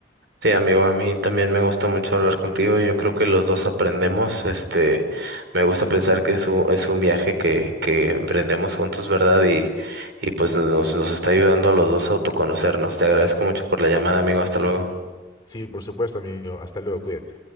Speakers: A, on the right; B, on the left.
A: Sí, amigo, a mí también me gusta mucho hablar contigo. Yo creo que los dos aprendemos. Este, me gusta pensar que es un, es un viaje que, que emprendemos juntos, ¿verdad? Y, y pues nos, nos está ayudando a los dos a autoconocernos. Te agradezco mucho por la llamada, amigo. Hasta luego.
B: Sí, por supuesto, amigo. Hasta luego, cuídate.